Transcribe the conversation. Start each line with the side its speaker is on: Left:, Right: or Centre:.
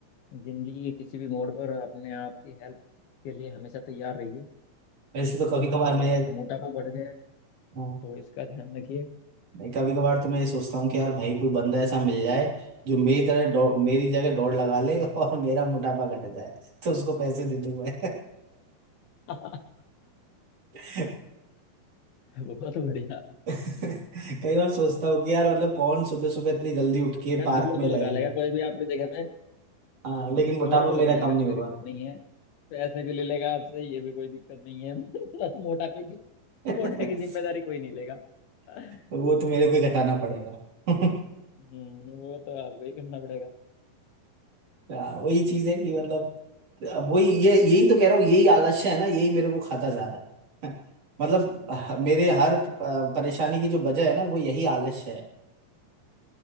Left: जिंदगी के किसी भी मोड़ पर अपने आप की हेल्प के लिए हमेशा तैयार रहिए
Right: वैसे तो कभी कभार
Left: अब
Right: मैं
Left: आपका मोटापा बढ़ गया है
Right: हाँ,
Left: तो इसका ध्यान रखिए
Right: मैं कभी कभार तो मैं ये सोचता हूँ कि यार भाई कोई बंदा ऐसा मिल जाए जो मेरी तरह दौड़
Left: हम्म
Right: मेरी जगह दौड़ लगा ले <laughs> और मेरा मोटापा घट जाए तो उसको पैसे दे दूँ मैं
Left: <laughs>
Right: <laughs>
Left: बहुत बढ़िया
Right: <laughs> कई बार सोचता हूँ कि यार मतलब कौन सुबह सुबह इतनी जल्दी उठ के
Left: खैर
Right: पार्क
Left: दौड़
Right: में
Left: तो
Right: जाएगा
Left: लगा लेगा कोई भी आपकी जगह पे
Right: हाँ
Left: हम्म,
Right: लेकिन मोटापा
Left: दौड़ तो लगा
Right: मेरा
Left: लेगा
Right: कम नहीं
Left: कोई
Right: होगा
Left: दिक्कत नहीं है पैसे भी ले लेगा आपसे ये भी कोई दिक्कत नहीं है <laughs> बस मोटापे की
Right: <laughs>
Left: मोटे की जिम्मेदारी कोई नहीं लेगा <laughs>
Right: वो तो मेरे को ही घटाना पड़ेगा <laughs>
Left: हम्म वो तो आपको ही करना पड़ेगा
Right: हाँ, वही चीज है कि मतलब अब वही ये यही तो कह रहा हूँ यही आलस्य है ना यही मेरे को खाता जा रहा है <laughs> मतलब
Left: हम्म
Right: ह- मेरे हर अ, परेशानी की जो वजह है ना वो यही आलस्य है